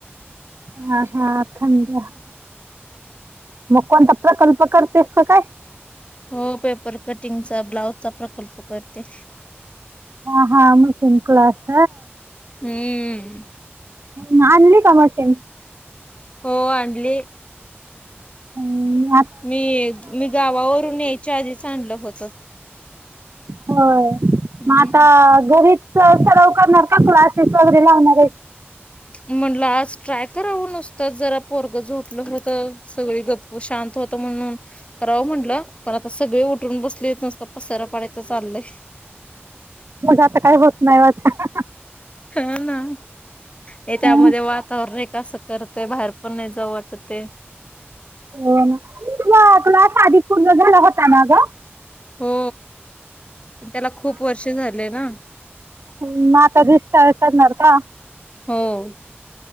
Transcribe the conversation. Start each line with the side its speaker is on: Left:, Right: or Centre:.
Right: हा हा थंड मग कोणता प्रकल्प करतेस का काय?
Left: हो पेपर कटिंगचा ब्लाउज चा प्रकल्प करते.
Right: ह हा म सिं कलास
Left: हम्म.
Right: ह् अल् कामाटेन
Left: हो आणली.
Right: हम्म.
Left: मी मी गावावरून यायच्या आधीच आणलं होत.
Right: हो
Left: हम्म.
Right: मग आता गरी स सराव करणार का क्लासेस वगैरे लावणार आहे.
Left: म्हणला आज ट्राय करावं नुसतं जरा पोरग झोपलं हो तर सगळे गप्प शांत होत. म्हणून करावं म्हटलं पण आता सगळे उठरून बसले य नसत पसार पाडायचं चालय.
Right: मग आता काय होत नाही वाटत
Left: हा ना. हे
Right: हो
Left: त्यामध्ये वातावरण हे कसं करतय बाहेर पण नाही जा वाटते.
Right: हो ना तुला साध पूर्ण झाला होता ना ग.
Left: हो त्याला खूप वर्ष झाले ना.
Right: ह् मता दिष्ट करणार का?
Left: हो.